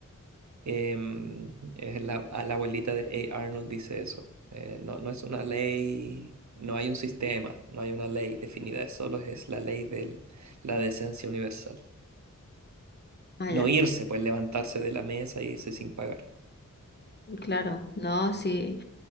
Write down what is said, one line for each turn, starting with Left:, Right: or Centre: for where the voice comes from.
Right: Em, es la, a la abuelita de A. Arnold dice eso. Eh, no, no es una ley, no hay un sistema, no hay una ley definida, es solo es la ley de la decencia universal.
Left: Allá,
Right: No irse, pues levantarse de la mesa e irse sin pagar.
Left: claro, no, sí.